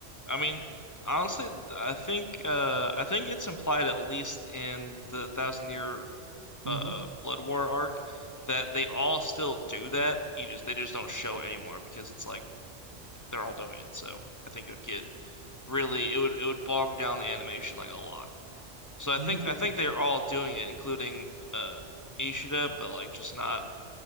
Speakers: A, on the left; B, on the right.
A: I mean, honestly, I think uh I think it's implied at least in the Thousand Year
B: hmm
A: uh Blood War arc that they all still do that. You just they just don't show it anymore because it's like they're all doing it. So I think it would get really it would it would bog down the animation like a lot. So I
B: I
A: think
B: mean, but
A: I think they're all doing it, including uh Ishida, but like just not